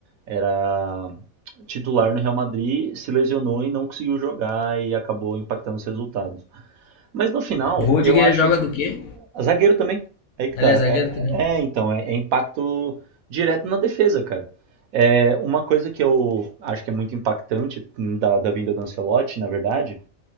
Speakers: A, on the right (about 85°); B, on the left (about 85°).
A: era titular no Real Madrid, se lesionou e não conseguiu jogar e acabou impactando os resultados. Mas no final,
B: O Rudiger
A: eu acho.
B: joga do quê?
A: Zagueiro também. Aí que
B: Ele
A: tá.
B: é zagueiro
A: É,
B: também.
A: é, então, é, é impacto direto na defesa, cara. É, uma coisa que eu acho que é muito impactante da, da vinda do Ancelotti, na verdade,